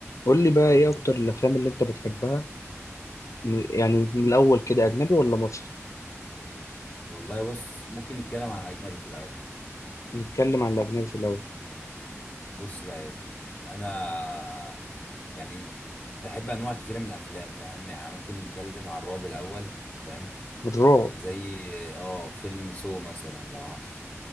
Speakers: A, on the left (about 85°); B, on the left (about 35°).
A: قول لي بقى ايه اكتر الافلام اللي انت بتحبها م- يعني من الاول كده اجنبي ولا مصري
B: والله بص ممكن نتكلم عن اجنبي في الاول
A: نتكلم عن الاجنبي في الاول
B: بص بقى يا زميلي انا يعني بحب انواع كتيره من الافلام فاهم يعني ممكن نتكلم عن الرعب الاول فاهم
A: الرعب
B: زي اه فيلم سو مثلا لو عارف